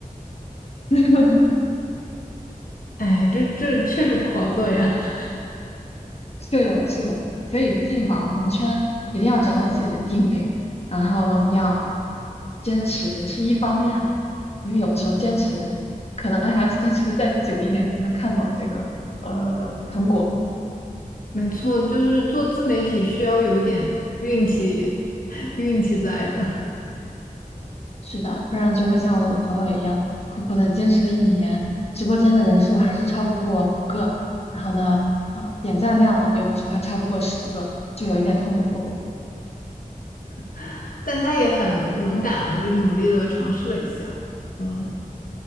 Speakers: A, on the left; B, on the left.
A: <laughs>
B: 哎，这这确实不好做呀。<laughs>
A: 是的，是的，所以进网红圈一定要找好自己的定位，然后要坚持是一方面的，因为有的时候坚持可能还要坚持的再久一点才能看到这个呃成果。
B: 没错，就是做自媒体需要有一点运气，<laughs> 运气在的，
A: 是的，不然就会像我的朋友一样，苦苦的坚持了一年，直播间的人数还是超不过五个，然后呢，呃，点赞量有的时候还超不过十个，就有一点痛苦
B: <laughs> 但他也很勇敢了，就努力的尝试了一下。嗯